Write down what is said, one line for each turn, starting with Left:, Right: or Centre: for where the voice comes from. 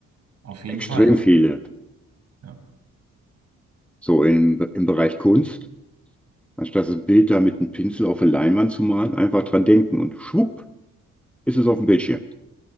Right: auf jeden
Centre: Extrem
Right: Fall.
Centre: viele.
Right: Ja,
Centre: So im, im Bereich Kunst, anstatt das Bild da mit einem Pinsel auf eine Leinwand zu malen, einfach dran denken und schwupp, ist es auf dem Bildschirm.